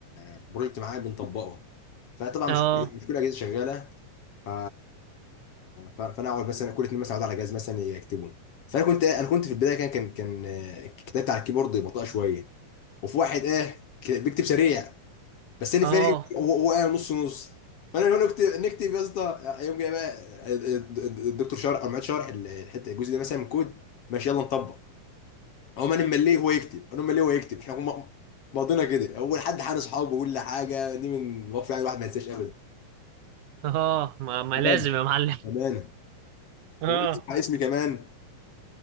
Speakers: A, on the left; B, on the right.
A: آه، بروجكت معين بنطبقه فطبعا
B: اه
A: مش كل مش كل الاجهزه شغاله ف... ف- فانا اقعد مثلا كل اتنين مثلا اقعد على جهاز مثلا يكتبوا فانا كنت انا كنت في البدايه كان كان كان آه، كتابت على الكيبورد بطيئه شويه وفي واحد اه ك- بيكتب سريع بس انا
B: اه
A: فاهم هو هو قاعد نص نص فانا لو نكتب نكتب يا اسطى يوم جاي بقى الدكتور شرح او معيد شرح الحته الجزء ده مثلا من كود ماشي يلا نطبق هو ما انا مليه هو يكتب انا مليه هو يكتب احنا هم- ماضينا كده اول حد حان اصحابه ولا حاجه دي من مواقف يعني الواحد ما ينساش ابدا
B: اه ما, ما
A: امانه
B: لازم يا معلم
A: امانه
B: <laughs> اه
A: وغير اسمي اسمي كمان